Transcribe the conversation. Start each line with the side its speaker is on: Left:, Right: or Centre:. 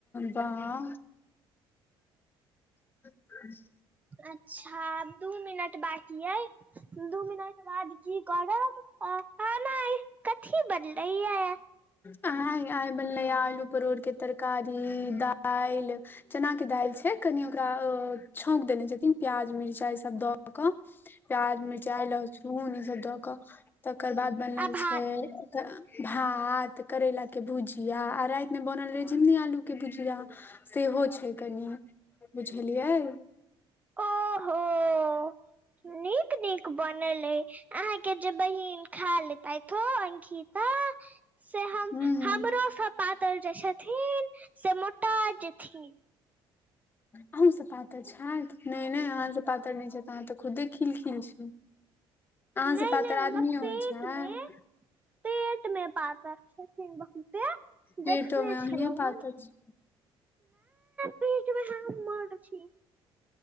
Left: बाह <inaudible>
Right: अच्छा दू मिनट बाकी ऐऽ, दू मिनट बाद की करब, आ खाना आय कथी बजलैयैऽ?
Left: आय? आय बनलैयैऽ आलू परोड़ के तरकारी, दाइल चनाक के दाइल छै। कनि ओकरा अ छौँंक देने छथिन प्याज, मिर्चाइ सभ दऽ कऽ प्याज, मिरचाई, लहसुन ईसभ दऽ कऽ। तकर बाद बनल
Right: आभात
Left: छै भात, करैला के भुजिया आ राइत में बनल रहय झिंगनी आलू के भुजिया सेहो छै कनि बुझलियै?
Right: ओहो नीक नीक बनल अय अहाँ के जे बहिन खा लेतैथ ओ खीता से हम
Left: हूँ
Right: -हमरोसँ जे पातर छथिन से मोटा जेथि।
Left: अहूँ सब पातर छैथ नय नय अहाँ स पातर नय छैथ, अहाँ तऽ खुद्दे खिलखिल छी। <inaudible>
Right: नय
Left: से पातर
Right: नय
Left: आदमियो
Right: मतलब पेट
Left: होइ छै
Right: मे, पेट मे पातर छथिन बहुत। सेऽ देखने
Left: पेटो मे
Right: छलहुँहें।
Left: अहिये पातर छी।
Right: पेट में हम्मर छी।